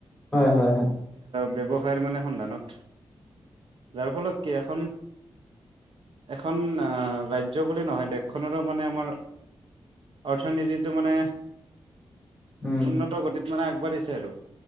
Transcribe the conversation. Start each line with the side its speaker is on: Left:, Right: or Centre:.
Centre: হয় হয় হয়
Right: ব্যৱসায়ৰ মানে সন্ধানত যাৰ ফলত কি এখন এখন আহ ৰাজ্য ৰাজ্য বুলি নহয় দেশখনৰো মানে আমাৰ অৰ্থনীতিটো মানে
Centre: উম,
Right: উন্নত গতিত মানে আগবাঢ়িছে আৰু